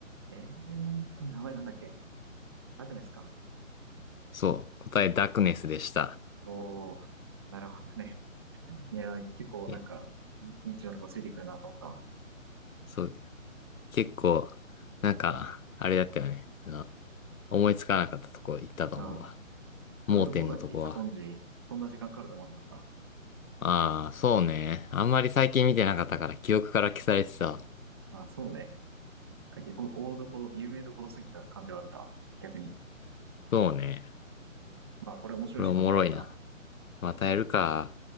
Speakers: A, on the right; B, on the left.
A: えっと、名前なんだっけ。ラグネスか。
B: そう、答えダークネスでした。
A: おー、なるほどね。いやー、結構、
B: いえ、
A: なんか、ニッチなとこついてくるなと思ったわ。
B: そう、結構、なんか、
A: うん。
B: あれだったよね。あの、思いつかなかったとこ行ったと思うわ。
A: うん。鱗滝、
B: 盲点のとこは。
A: 左近寺、そんな時間かかると思わなかった。
B: ああ、そうね。あんまり最近見てなかったから記憶から消されてたわ。
A: うんまあそうね。お大どころ、有名どころすぎた感じはあった。逆に。
B: そうね。
A: うんまあこれ面白いしまたやるか。
B: これおもろいな。またやるか。